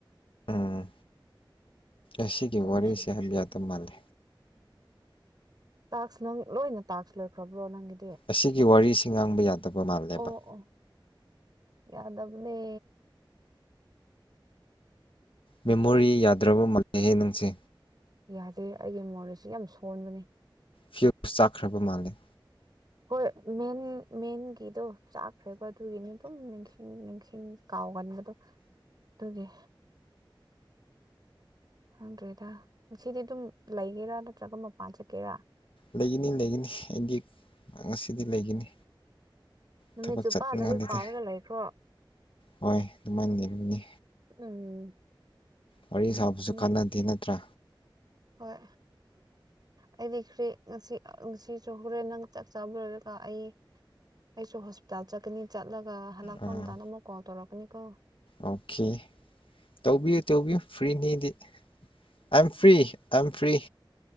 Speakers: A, on the left (about 85°); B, on the right (about 50°).
A: ꯎꯝ ꯑꯁꯤꯒꯤ
B: ꯑꯗꯨꯅꯦ
A: ꯋꯥꯔꯤꯁꯦ ꯍꯥꯏꯕ ꯌꯥꯗ ꯃꯥꯜꯂꯤ
B: ꯇꯥꯛꯁ ꯅꯪ ꯂꯣꯏꯅ ꯇꯥꯛꯁ ꯂꯣꯏꯈ꯭ꯔꯕ꯭ꯔꯣ ꯅꯪꯒꯤ
A: ꯑꯁꯤꯒꯤ ꯋꯥꯔꯤꯁꯤ ꯉꯥꯡꯕ ꯌꯥꯗꯕ ꯃꯥꯜꯂꯦꯕ
B: ꯑꯣ ꯑꯣ ꯌꯥꯗꯕꯅꯦ
A: ꯃꯦꯃꯣꯔꯤ ꯌꯥꯗ꯭ꯔꯕ ꯃꯥꯜꯂꯦꯍꯦ ꯅꯪꯁꯦ
B: ꯌꯥꯗꯦ ꯑꯩꯒꯤ ꯃꯣꯔꯦꯁꯤ ꯌꯥꯝ ꯁꯣꯟꯕꯅꯤ
A: ꯐ꯭ꯌꯨꯁ ꯆꯥꯛꯈ꯭ꯔꯕ ꯃꯥꯜꯂꯦ
B: ꯍꯣꯏ ꯃꯦꯟ ꯃꯦꯟꯒꯤꯗꯣ ꯆꯥꯛꯈ꯭ꯔꯦꯀꯣ ꯑꯗꯨꯒꯤꯅꯦ ꯑꯗꯨꯝ ꯅꯤꯡ ꯏꯁꯤꯡ ꯅꯤꯡꯁꯤꯡ ꯀꯥꯎꯒꯟꯕꯗꯨ ꯑꯗꯨꯒꯤ ꯍꯪꯗ꯭ꯔꯦꯗ ꯉꯁꯤꯗꯤ ꯑꯗꯨꯝ ꯂꯩꯒꯦꯔꯥ ꯅꯠꯇ꯭ꯔꯒ ꯃꯄꯥꯟ ꯆꯠꯀꯦꯔꯥ
A: ꯂꯩꯒꯅꯤ ꯂꯩꯒꯅꯤ ꯑꯩꯗꯤ ꯉꯁꯤꯗꯤ ꯂꯩꯒꯅꯤ
B: ꯅꯨꯃꯤꯠ
A: ꯊꯕꯛ
B: ꯆꯨꯞꯄ
A: ꯆꯠꯅꯤꯡꯉꯥꯏꯗꯨꯗꯤ
B: ꯂꯥꯏꯔꯤꯛ ꯄꯥꯔꯒ ꯂꯩꯈ꯭ꯔꯣ
A: ꯍꯣꯏ ꯑꯗꯨꯃꯥꯏꯅ ꯂꯩꯅꯤ
B: ꯎꯝ
A: ꯋꯥꯔꯤ ꯁꯥꯕꯁꯨ
B: ꯑꯗꯨꯅꯦ
A: ꯀꯥꯟꯅꯗꯦ ꯅꯠꯇ꯭ꯔꯥ
B: ꯍꯣꯏ ꯑꯩꯗꯤ ꯈ꯭ꯔꯤ ꯉꯁꯤ ꯁꯤꯁꯨ ꯍꯣꯔꯦꯟ ꯅꯪ ꯆꯥꯛ ꯆꯥꯕ ꯂꯣꯏꯔꯒ ꯑꯩ ꯑꯩꯁꯨ ꯍꯣꯁꯄꯤꯇꯥꯜ ꯆꯠꯀꯅꯤ ꯆꯠꯂꯒ ꯍꯜꯂꯛꯄ
A: ꯑꯥ
B: ꯑꯃꯇꯥꯗ ꯑꯃꯨꯛ ꯀꯣꯜ ꯇꯧꯔꯛꯀꯅꯤ ꯀꯣ
A: ꯑꯣꯀꯦ ꯇꯧꯕꯤꯌꯨ ꯇꯧꯕꯤꯌꯨ ꯐ꯭ꯔꯤꯅꯤꯗꯤ ꯑꯝ ꯐ꯭ꯔꯤ ꯑꯝ ꯐꯔꯤ